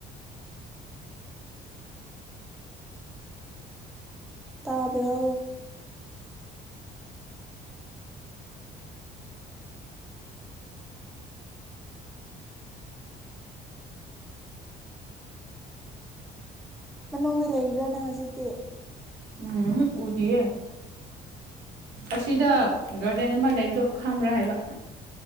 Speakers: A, in the centre; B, on the right.
A: ꯇꯥꯕ꯭ꯔꯣ ꯃꯅꯨꯡꯗ ꯂꯩꯔꯤꯔ ꯅꯪ ꯍꯧꯖꯤꯛꯇꯤ
B: ꯎꯝ ꯎꯗꯤꯌꯦ ꯑꯁꯤꯗ ꯒꯥꯔꯗꯦꯟ ꯑꯃ ꯂꯩꯕꯗꯣ ꯈꯪꯕ꯭ꯔꯥ ꯍꯥꯏꯕ